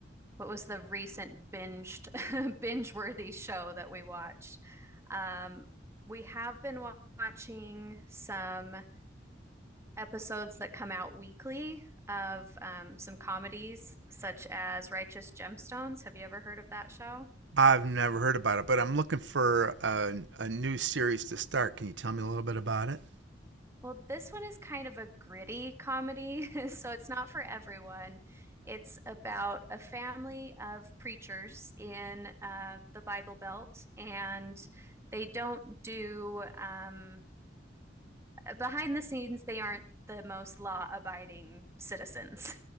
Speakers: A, on the right; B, on the right.
A: what was the recent binged <laughs> binge-worthy show that we watched. Um, we have been wa- watching some episodes that come out weekly of um, some comedies such as Righteous Gemstones. Have you ever heard of that show?
B: I've never heard about it, but I'm looking for a, a new series to start. Can you tell me a little bit about it?
A: Well, this one is kind of a gritty comedy, <laughs> so it's not for everyone. It's about a family of preachers in uh, the Bible Belt, and they don't do, um, behind the scenes, they aren't the most law-abiding citizens.